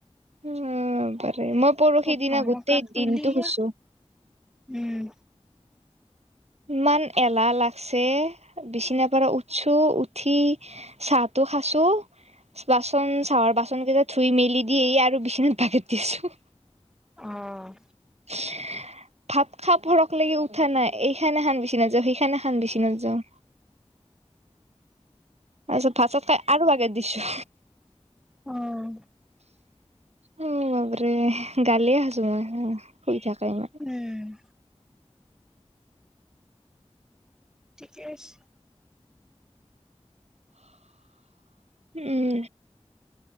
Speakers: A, on the right; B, in the centre.
A: উম পাৰে মো পৰহি দিনা
B: ধমকা
A: গোটেই
B: ফুলিয়া
A: দিনটো শুইছোঁ।
B: উম
A: ইমান এলাহ লাগছে। বিচনা পৰা উঠছোঁ। উঠি চাহটো খাছোঁ। বাচন- চাহৰ বাচন কেইটা ধুই মেলি দি, এই আৰু বিচনাত বাগাৰ দিছোঁ।
B: অ'।
A: <unintelligible> ভাত খা পৰক লৈকে উঠা নাই। এইখান এখন বিচনাত যাওঁ, সেইখান এখন বিচনাত যাওঁ। <inaudible> তাৰছত ভাত-চাত খাই আৰু বাগাৰ দিছোঁ।
B: অ',
A: উম বাপৰে, গালিয়ে খাইছোঁ মই। শুই থাকে ইমান।
B: উম, ঠিকে আছে।
A: উম।